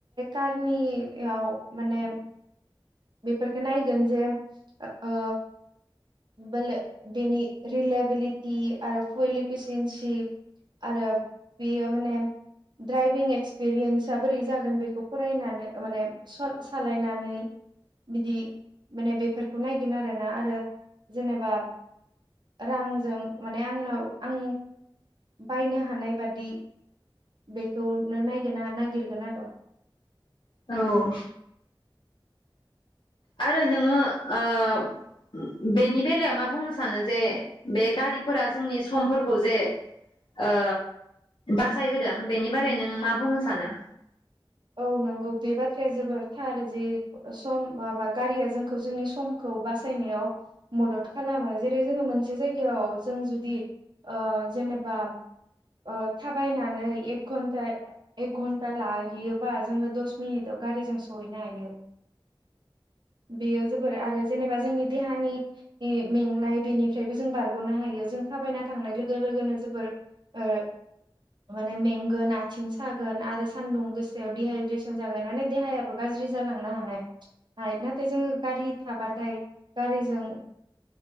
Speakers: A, on the right; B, on the left.
A: कारनियाव माने बेफोरखौ नायगोन जे ओ बेले बेनि रिलेबिलिटि आरो फुल एफिसिनसि आरो बियो माने ड्राइभिं एक्सपिरियेनसा बोरै जागोन बेखौ फरायनानै माने सालायनानै बिदि माने बेफोरखौ नायगोन आरोना आरो जेनेबा रांजों माने आंनाव आं बायनो हानाय बादि बेखौनो नायगोन ना नायगिरगोन आर
B: औ आरो नोङो ओ बेनि बेलायाव मा बुंनो सानो जे बे गारिफोरा जोंनि समफोरखौ जे ओ बासायहोदों बेनि बारै नों मा बुंनो सानो
A: औ नंगौ बे बाथ्राया जोबोर थार जे सम माबा गारिया जोंखौ जोंनि समखौ बासायनायाव मदद खालामो जेरै जोङो मोनसे जायगायाव जों जुदि ओ जेनेबा ओ थाबायनानै एक घन्टा एक घन्टा लाहैयो बा जोङो दस मिनिटाव गारिजों सहैनो हायो बेयो जोबोर आरो जेनेबा जोंनि देहानि मेंनाय बेनिफ्रायबो जों बारगनो हायो जों थाबायना थांनाय लोगो लोगोनो जोबोर ओ माने मेंगोन आथिं सागोन आरो सानदुं गोस सायाव डि हाइद्रेसन जागोन माने देहायाबो गाज्रि जालांनो हानाय नाथाय जोङो गारि थाबाथाय गारिजों